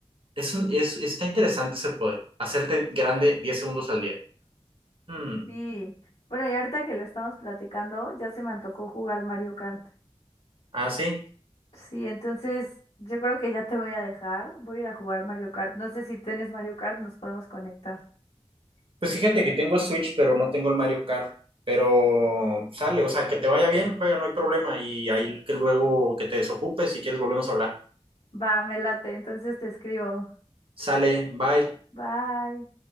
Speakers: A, on the right; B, on the left.
A: es un- es, está interesante ese poder, hacerte grande 10 segundos al día. Hmm,
B: sí. Bueno, y ahorita que lo estamos platicando, ya se me antojó jugar Mario Kart.
A: Ah, sí.
B: Sí, entonces yo creo que ya te voy a dejar, voy a ir a jugar Mario Kart. No sé si tienes Mario Kart, nos podemos conectar.
A: Pues fíjate que tengo Switch, pero no tengo el Mario Kart. Pero sale, o sea, que te vaya bien, juega, no hay problema. Y ahí que luego que te desocupes, si quieres volvemos a hablar.
B: Va, me late, entonces te escribo.
A: Sale, bye.
B: Bye.